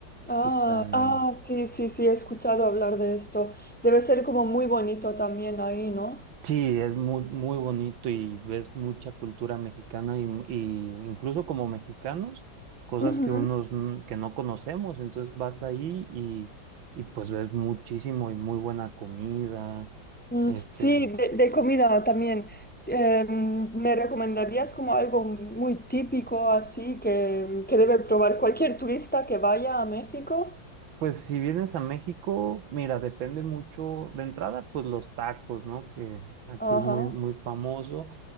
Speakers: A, in the centre; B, on the right.
A: Ah,
B: que están
A: ah, sí, sí, sí, he escuchado hablar de esto. Debe ser como muy bonito también ahí, ¿no?
B: Sí, es muy, muy bonito y ves mucha cultura mexicana y, y incluso como mexicanos, cosas
A: Ujú.
B: que unos n- que no conocemos, entonces vas ahí y, y pues ves muchísimo y muy buena comida.
A: Mm,
B: Este,
A: Sí, de, de comida también. Em, ¿me recomendarías como algo muy típico así que, que debe probar cualquier turista que vaya a México?
B: pues si vienes a México, mira, depende mucho de entrada, pues los tacos, ¿no? Que aquí
A: Ajá.
B: es muy, muy famoso.